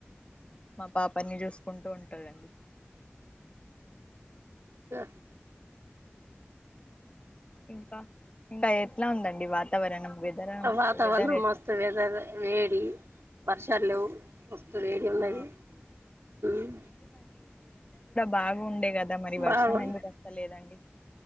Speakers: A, on the left; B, on the right.
A: మా పాపని చూస్ కుంటూ ఉంటాడండి
B: దా
A: ఇంకా ఇంకా ఎట్లా ఉందండి వాతావరణం వెదర్
B: వాతావరణం
A: వెదర్ ఎట్లా
B: మస్తు వెదర్ వేడి వర్షాలు లేవు మస్తు వేడి ఉన్నది
A: ఆ
B: ఉమ్
A: బాగుండే కదా మరి వర్షం
B: బాగుంది
A: ఎందుకు వస్తలేదండి